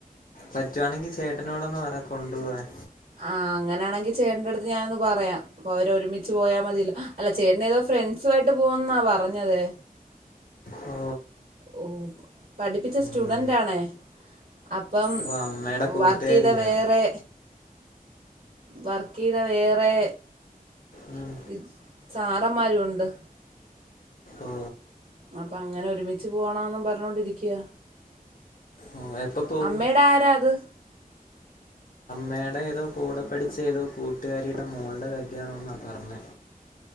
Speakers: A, on the left (about 65°); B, on the right (about 75°).
A: പറ്റുവാണെങ്കിൽ ചേട്ടനോടൊന്ന് പറയാ കൊണ്ടു പോ വാൻ.
B: ആഹ് അങ്ങനാണെങ്കിൽ ചേന്റെ അടുത്ത് ഞാനൊന്ന് പറയാം അപ്പൊ അവര് ഒരുമിച്ച് പോയാ മതിയല്ലോ അല്ല ചേട്ട നേതാ ഫ്രണ്ട്സു ആമായിട്ട് പോവന്നാ പറഞ്ഞതേ
A: ഓ
B: ഓ പഠിപ്പിച്ച
A: ഉം
B: സ്റ്റുഡന്റ് ആണേ അപ്പം
A: ഓ അമ്മയുടെ കൂട്ടുകാരിയാ.
B: വർക്ക് ചെയ്ത വേറെ വർക്ക് ചെയ്ത വേറെ
A: ഉം
B: ഇ സാറന്മാരു ഉണ്ട്.
A: ഓ
B: അപ്പൊ അങ്ങനെ ഒരുമിച്ച് പോണന്നും പറഞ്ഞോണ്ടിരിക്കയാ
A: ഓ എപ്പ പോവും
B: അമ്മയുടെ ആരാ അത്
A: മേഡം ഏതോ കൂടെ പഠിച്ച ഏതോ കൂട്ട കൂട്ടുകാരിയുടെ മോളുടെ കല്യാണോന്ന പറഞ്ഞേ